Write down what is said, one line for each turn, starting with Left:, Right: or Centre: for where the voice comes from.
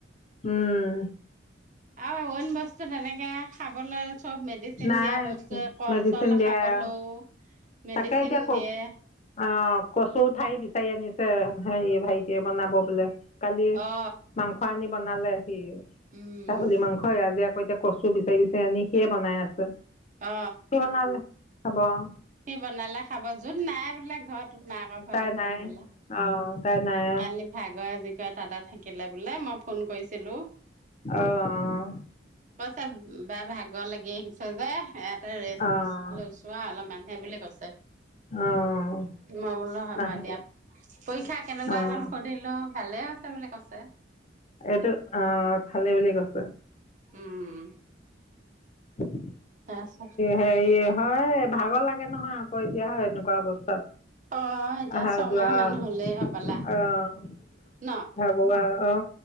Left: উম
Right: আৰুন বস্তু তেনেকে খাবলৈ চব মেডিচিন
Left: নাই
Right: দিয়া বস্তুৱ কল
Left: মেডিচিন
Right: চল
Left: দিয়াই
Right: খাবলৈও
Left: আৰু
Right: মেডিচিন
Left: তাকে এতিয়া ক
Right: দিয়ে
Left: অ কচু ঠাই বিচাৰে আনিছে হে ভাইটিয়ে বনাব বোলে কালি
Right: অ
Left: মাংস আনি বনালে সি
Right: উম
Left: ছাগলী মাংসই আজি আকৌ এতিয়া কচু বিচাৰি বিচাৰি আনি সিয়ে বনাই আছে
Right: অ অ
Left: সি বনালে হব আৰু
Right: সি বনালে খাব যোন নাই বোলে ঘৰত তোৰ মাকৰ ঘৰত
Left: তাই
Right: আছে
Left: নাই
Right: হবলা
Left: অ' তাই নাই
Right: কালি ভাগৰজি ক তা থাকিলে বোলে মই ফোন কৰিছিলো
Left: অ'
Right: কৈচা বা ভাগ লাগি আহকছ যে এয়াতে ৰেষ্ট
Left: অ' অ'
Right: লৈছো অলপ ম সেই বো কছে
Left: অ'
Right: মই বোলো হ'বা
Left: নাহিলে
Right: দিয়া পৰীক্ষা কেনেকুৱা
Left: অ'
Right: হ'ল সুধিলো ভালে আছে বুলি কৈছে
Left: এইটো আহ থালি বুলি কৈছে
Right: উম
Left: উ
Right: তাৰপিছত
Left: হেৰি হয় ভাগৰ লাগে নহয় আকৌ এতিয়া হয় এনেকুৱা অৱস্থাত
Right: অ এতিয়া
Left: আহহা
Right: ছমাহ
Left: যোৱা
Right: মান হলেই হবলা
Left: আহ
Right: ন
Left: ভাগৱা অ